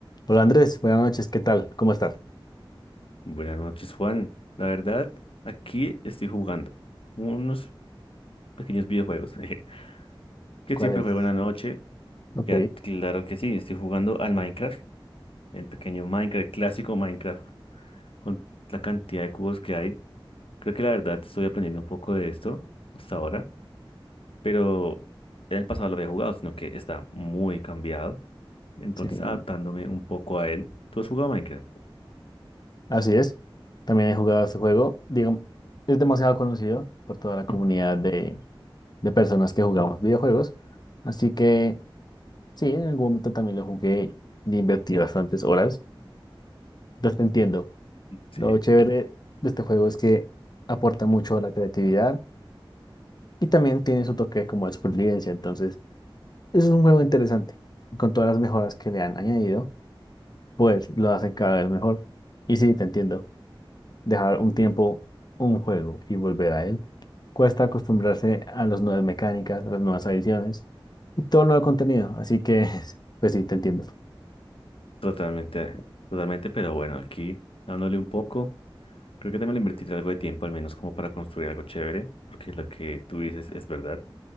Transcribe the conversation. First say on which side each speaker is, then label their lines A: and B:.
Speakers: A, on the left; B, on the left.
A: Hola Andrés, buenas noches, ¿qué tal? ¿Cómo estás?
B: Buenas noches, Juan. La verdad, aquí estoy jugando unos pequeños videojuegos <laughs> jeje, que
A: ¿Cuál
B: siempre
A: es?
B: juego en la noche.
A: Ok,
B: Ya, claro que sí, estoy jugando al Minecraft, el pequeño Minecraft, el clásico Minecraft, con la cantidad de cubos que hay. Creo que la verdad estoy aprendiendo un poco de esto hasta ahora, pero en el pasado lo había jugado, sino que está muy cambiado. Entonces,
A: sí,
B: adaptándome un poco a él. ¿Tú has jugado a Minecraft?
A: así es. También he jugado este juego. Digo, es demasiado conocido por toda la comunidad
B: Ujú.
A: de, de personas que jugamos videojuegos. Así que sí, en algún momento también lo jugué y invertí bastantes horas. Entonces te entiendo.
B: Sí,
A: Lo chévere de este juego es que aporta mucho a la creatividad y también tiene su toque como de supervivencia. Entonces, eso es un juego interesante. Con todas las mejoras que le han añadido pues lo hacen cada vez mejor. Y sí, te entiendo. Dejar un tiempo un juego y volver a él. Cuesta acostumbrarse a las nuevas mecánicas, a las nuevas adiciones y todo el nuevo contenido. Así que, <laughs> pues sí, te entiendo.
B: totalmente, totalmente, pero bueno, aquí dándole un poco. Creo que también le invertiré algo de tiempo, al menos como para construir algo chévere, porque lo que tú dices es verdad.